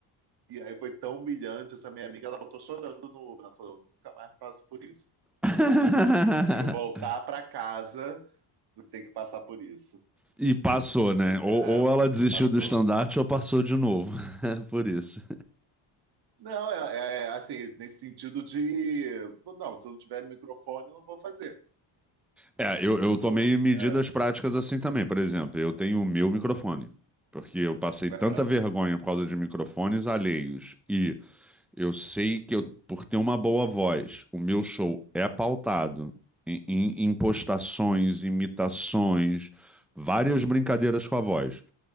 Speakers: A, on the right; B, in the centre.
A: E aí foi tão humilhante essa minha amiga, ela voltou chorando no Uber. Ela falou: eu nunca mais passo por isso.
B: <laughs>
A: Eu prefiro voltar pra casa do que ter que passar por isso.
B: e
A: Tipo,
B: passou, né? Ou,
A: é,
B: ou
A: é,
B: ela desistiu
A: passou.
B: do estandarte ou passou de novo. <laughs> Por isso.
A: Não, é, é, assim, nesse sentido de. Não, se eu não tiver microfone, eu não vou fazer.
B: É, eu, eu
A: Tipo,
B: tomei medidas
A: é,
B: práticas assim também. Por exemplo, eu tenho o meu microfone, porque eu passei
A: é,
B: tanta vergonha por causa de microfones alheios. E eu sei que eu, por ter uma boa voz, o meu show é pautado em, em impostações, imitações, várias brincadeiras com a voz.